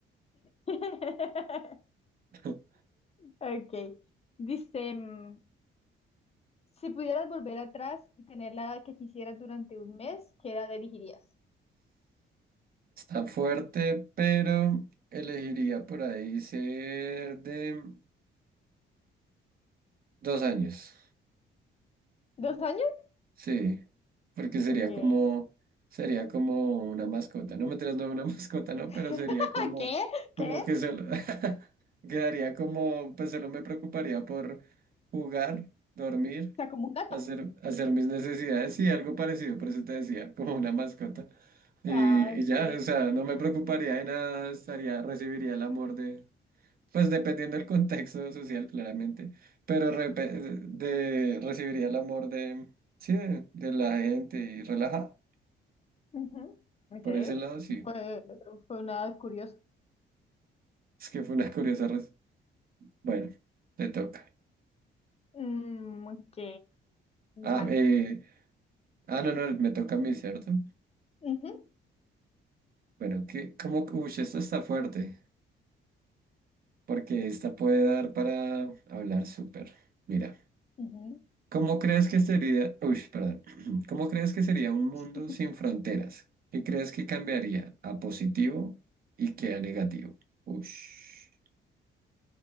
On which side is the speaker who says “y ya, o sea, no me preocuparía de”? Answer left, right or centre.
Right